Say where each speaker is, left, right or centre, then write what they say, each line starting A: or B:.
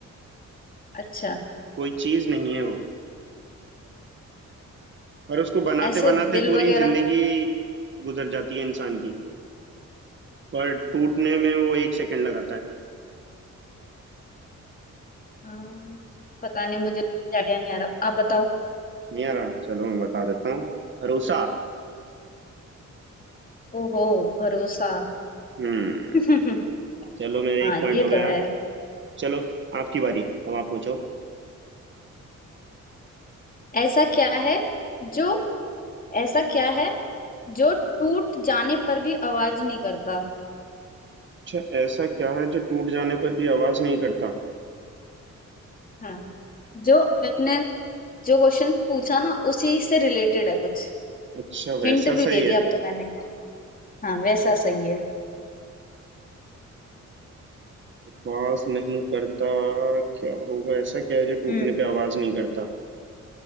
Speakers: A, on the left; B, on the right.
A: अच्छा
B: कोई चीज नहीं है वो पर उसको बनाते
A: ऐसे
B: बनाते
A: दिल
B: पूरी
A: वगैरह
B: जिंदगी गुजर जाती है इंसान की पर टूटने में वो एक सेकंड लगाता है
A: अम, पता नहीं मुझे कोई आइडिया नहीं आ रहा आप बताओ
B: नहीं आ रहा चलो मैं बता देता हूँ भरोसा
A: ओहो भरोसा
B: हम्म
A: <laughs>
B: चलो मेरे
A: हाँ
B: एक पॉइंट
A: ये
B: हो गया
A: तो है
B: चलो आपकी बारी अब आप पूछो
A: ऐसा क्या है जो ऐसा क्या है जो टूट जाने पर भी आवाज नहीं करता
B: अच्छा ऐसा क्या है जो टूट जाने पर भी आवाज नहीं करता
A: हाँ जो आपने जो क्वेश्चन पूछा ना उसी से रिलेटेड है कुछ
B: अच्छा वैसा
A: हिंट भी
B: सही
A: दे दिया
B: है
A: अब तो मैंने हाँ वैसा सही है
B: आवाज नहीं करता क्या होगा ऐसा क्या है जो टूटने
A: हम्म
B: पे आवाज नहीं करता